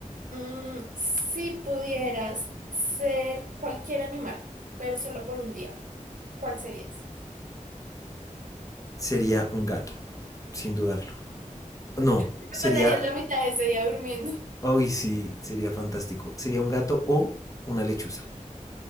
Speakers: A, on the right; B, on the left.
A: Mm, si pudieras ser cualquier animal, pero solo por un día, ¿cuál serías?
B: sería un gato, sin dudarlo. No,
A: Te
B: sería...
A: pasarías la mitad de ese día durmiendo.
B: Uy, sí, sería fantástico. Sería un gato o una lechuza.